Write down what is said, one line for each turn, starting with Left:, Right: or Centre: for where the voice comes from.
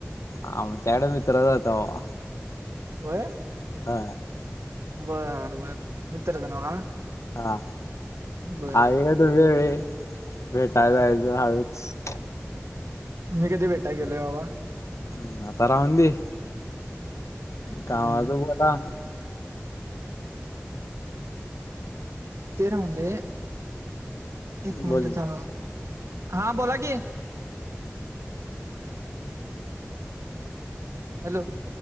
Left: आमच्याकडे मित्रच आहेत बाबा.
Right: होय?
Left: हा.
Right: बरं बरं मित्राचा नाव का?
Left: हा.
Right: बर
Left: <unintelligible>
Right: बर
Left: भेटाय जायचं हळूच.
Right: मी कधी भेटाय गेलोय बाबा?
Left: हम्म आता राहुन दे.
Right: हम्म
Left: कवाचा बोला.
Right: ते राहून दे. एक
Left: बोल
Right: मिनटं थांब हा बोला की. हॅलो